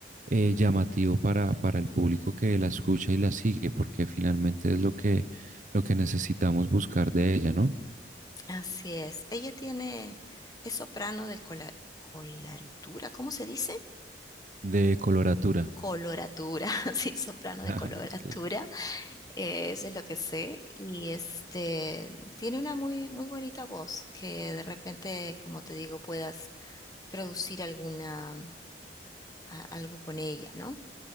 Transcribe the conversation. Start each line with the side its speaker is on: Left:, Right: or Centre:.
Right: eh, llamativo para, para el público que la escucha y la sigue, porque finalmente es lo que, lo que necesitamos buscar de ella, ¿no?
Left: así es. Ella tiene, es soprano de cola, colarutura, ¿cómo se dice?
Right: De coloratura.
Left: coloratura, <laughs> sí, soprano
Right: <laughs>
Left: de coloratura, eh, eso es lo que sé. Y este tiene una muy, muy bonita voz que de repente, como te digo, puedas producir alguna, a- algo con ella, ¿no?